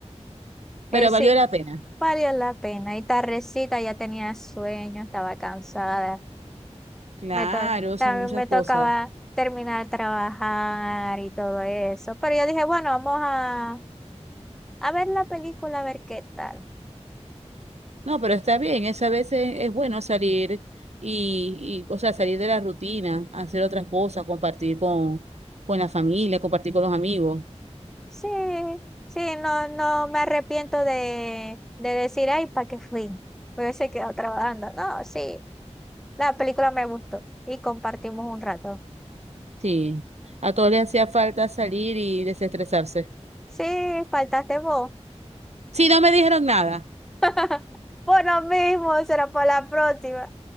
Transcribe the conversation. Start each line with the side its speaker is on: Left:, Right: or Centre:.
Right: Pero
Centre: él sí.
Right: valió la pena.
Centre: Valió la pena. Y tardecita ya tenía sueño, estaba cansada.
Right: Claro,
Centre: Me to- también
Right: son muchas
Centre: me tocaba
Right: cosas.
Centre: terminar de trabajar y todo eso. Pero yo dije, bueno, vamos a, a ver la película, a ver qué tal.
Right: No, pero está bien, es a veces es bueno salir y, y, o sea, salir de la rutina, hacer otras cosas, compartir con, con la familia, compartir con los amigos.
Centre: Sí, sí, no, no me arrepiento de, de decir, ay, ¿para qué fui? Me hubiese quedado trabajando. No, sí, la película me gustó y compartimos un rato.
Right: Sí, a todos les hacía falta salir y desestresarse.
Centre: Sí, faltaste vos.
Right: Sí, no me dijeron nada.
Centre: <laughs> Por lo mismo, será para la próxima.